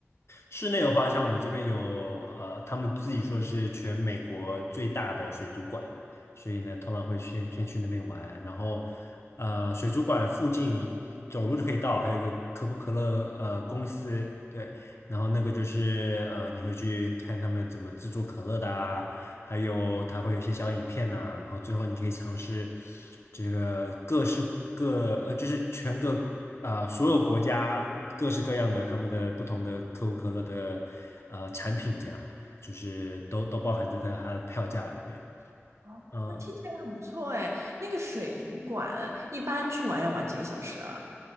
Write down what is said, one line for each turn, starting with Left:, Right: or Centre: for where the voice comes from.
Left: 室内的话，像我们这边有呃，他们自己说是全美国最大的水族馆，所以呢，通常会先先去那边玩，然后呃，水族馆附近走路就可以到，还有一个可口可乐呃公司，对，然后那个就是呃，你会去看他们怎么制作可乐的啊，还有它会有一些小影片呐、然后最后你可以尝试这个各式各呃，就是全个。呃，所有国家各式各样的他们的不同的可口可乐的呃产品，这样就是都都包含在它的它的票价里面。
Right: 哦，
Left: 嗯，
Right: 那听起来很不错哎。那个水族馆一般去玩要玩几个小时啊？